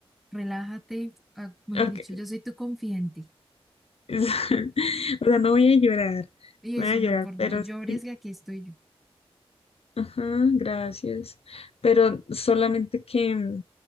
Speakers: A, in the centre; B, on the left.
A: relájate, ah, mejor
B: Ok,
A: dicho, yo soy tu confidente.
B: <laughs> O sea, no voy a llorar,
A: Y
B: no
A: eso,
B: voy a
A: y
B: llorar,
A: no, por no
B: pero
A: llores,
B: sí,
A: que aquí estoy yo.
B: ajá, gracias. Pero solamente que...